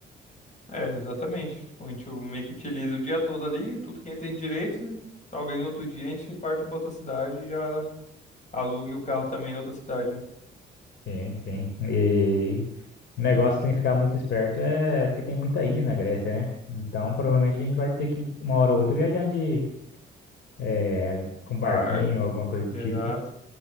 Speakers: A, on the left; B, on the left.
A: É, exatamente. Tipo, a gente meio que utiliza o dia todo ali, tudo que a gente tem direito. e Talvez no outro dia a gente parta pra outra cidade e já alugue o carro também na outra cidade, né?
B: Sim, sim. E o negócio tem que ficar muito esperto é porque tem muita ilha na Grécia, né? Então provavelmente a gente vai ter que, uma hora ou outra, viajar de é, com
A: Barco.
B: barquinho, alguma coisa
A: Exato.
B: do tipo.